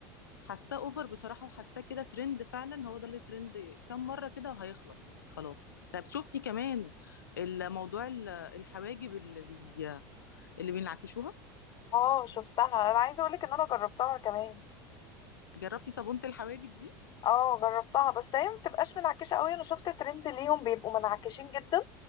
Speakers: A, on the left; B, on the left.
A: حاساه اوفر بصراحة وحاساه كده ترند فعلا هو ده اللي ترند كام مرة كده وهيخلص يعني خلاص طب شفتي كمان الموضوع ال- الحواجب اللي بي اللي بينعكشوها
B: اه شفتها انا عايزة اقولك ان انا جربتها كمان
A: جربتي صابونة الحواجب دي
B: اه جربتها بس هي ما بتبقاش منعكشه قوي انا شفت ترند ليهم بيبقوا منعكشين جدا